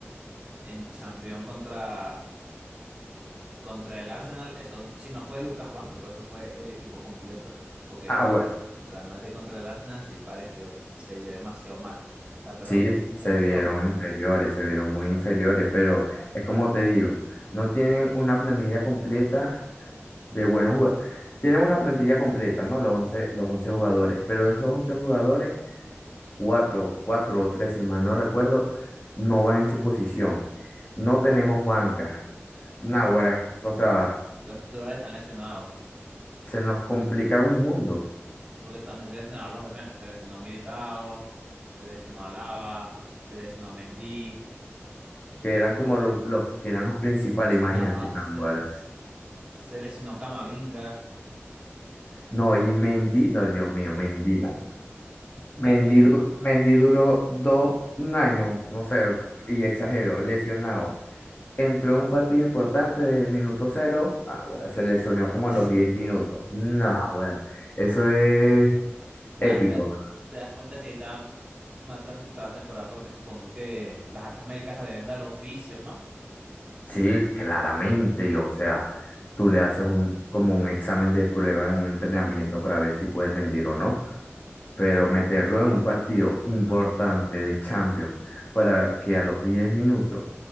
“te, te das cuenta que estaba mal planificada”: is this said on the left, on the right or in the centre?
Right